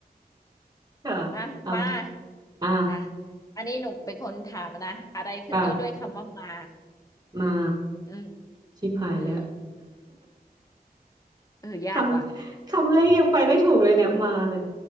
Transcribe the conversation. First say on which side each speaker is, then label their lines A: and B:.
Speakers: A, on the right; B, on the left.
A: ค่ะ
B: อ่ะมา
A: อ่าอ่า
B: อ่ะอันนี้หนูเป็นคนถามนะอะไรขึ้นต้นด้วยคำว่ามา
A: ค่ะมา
B: อืม
A: ชิบหายแล้ว
B: อืมเออยากว่ะ
A: <laughs> คำคำแรกยังไปไม่ถูกเลยเนี่ยมาเลย